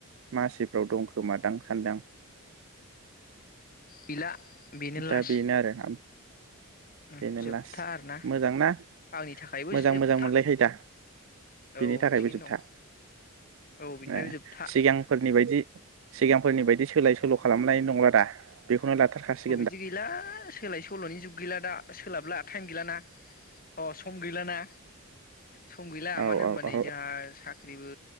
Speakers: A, on the right (about 60°); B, on the left (about 40°).
A: मासिफ्राव दं खोमादां सान्दां
B: गैला बेनो
A: दा
B: लास्ट
A: बेनो आरोना
B: उम
A: बेनो
B: जोबथा
A: लास
B: आरोना
A: मोजांना
B: आंनि थाखायबो
A: मोजां
B: जोबथा
A: मोजां मोनलायखायो दा
B: औ
A: बेनि थाखायबो
B: थिगैनो
A: जोबथा
B: दं औ बिनिफ्रायबो
A: एह
B: जोबथा
A: सिगांफोरनि बायदि सिगांफोरनि बायदि सोलाय सोल खालामनाय नंला दा? बेखौनो लाथारखासै
B: दि गैला सोलाय सोलनि जुग गैला दा सोलाबला टाइम गैलाना। आ अह सम गैलाना। सम गैला
A: औ
B: मानो
A: औ
B: होमबा नै
A: औ
B: जोहा साख्रिबो